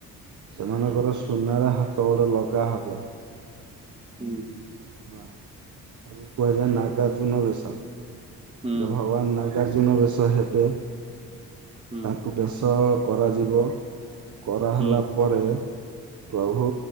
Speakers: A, on the right; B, on the right.
A: ସେମାନଙ୍କର
B: ହୁଁ
A: ସୁନାର ହାତ ଗୋଡ଼ ଲଗାହବ।
B: ହୁଁ
A: ହେଲା ସେଟାକୁ କୁହାଯାଏ ନାଗାର୍ଜୁନ ବେଶ
B: ହୁଁ
A: ଭଗବାନ ନାଗ ନାଗାର୍ଜୁନ ବେଶ ହେବେ
B: ହୁଁ
A: ତାଙ୍କୁ ବେଶ କରାଯିବ। କରା ହେଲାପ
B: ହୁଁ
A: ପରେ ପ୍ରଭୁ